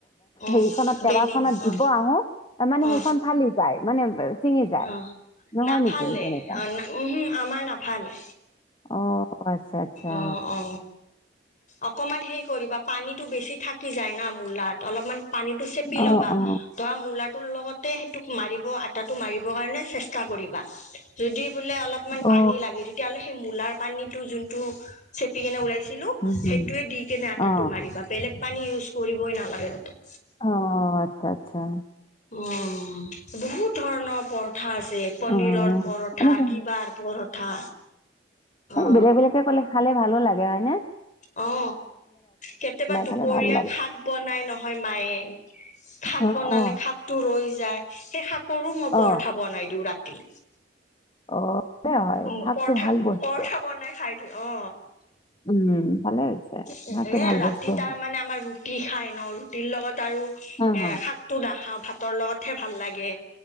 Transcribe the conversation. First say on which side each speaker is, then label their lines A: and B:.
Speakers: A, on the left; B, on the left.
A: উম
B: হেৰিখনত টৱা
A: বেলিম
B: খনত
A: অ
B: দিব আহো তাৰ মানে
A: অ
B: সেইখন ফালি যায় মানে চিঙি যায়।
A: অ
B: নহয়
A: নাফালে
B: নেকি তেনেকুৱা
A: অ উম আমাৰ নাফালে
B: অ আচ্ছা আচ্ছা
A: অ অ অকমান হেৰি কৰিবা পানীতো বেছি থাকি যায় না মূলাত অলপমান পানীতো চেপি
B: অ
A: ল'বা
B: অ
A: ধৰা মূলাটোৰ লগতে সেইটোক মাৰিব আটাটো মাৰিবৰ কাৰণে চে- ষ্টা কৰিবা যদি বোলে অলপমান
B: অ
A: পানী লাগে তেতিয়া হ'লে মূলাৰ পানীটো যোন টো চেপি কেনে উলাইছিলো
B: উম হম
A: সেইটো দি কিনে আটাটো
B: অ
A: মাৰিবা বেলেগ পানী ইউজ কৰিবই নালাগে যাতে।
B: অ আচ্ছা আচ্ছা।
A: উম বহুত ধৰণৰ পৰ ঠা আছে পনীৰৰ
B: অ
A: পৰঠা
B: এনেকে
A: কিবা পৰঠা।
B: এ
A: অ
B: বেলেগ বেলেগে ক'লে খালে ভালো লাগে হয় নে?
A: অ কেতিয়াবা দুপৰীয়া
B: খালে ভাল লাগে।
A: শাক বনাই নহয় মায়ে। শাক
B: অ
A: বনালে
B: অ।
A: শাকটো ৰৈ যায়। সেই শাকৰো মই
B: অ
A: পৰঠা বনাই দিও ৰাতি।
B: অ হয়
A: অ
B: শাকটো
A: পৰঠা
B: ভাল বস্তু
A: পৰঠা বনাই খাই থু। অ।
B: <unintelligible> ভালে হৈছে।
A: এ
B: শাকটো ভাল
A: ৰাতি
B: বস্তু
A: তাৰ
B: হয়।
A: মানে আমাৰ ৰুটি খাই ন। ৰুটিৰ লগত তাৰো
B: হা
A: এ
B: হা
A: শাকটো নাখাওঁ। ভাতৰ লগতহে ভাল লাগে।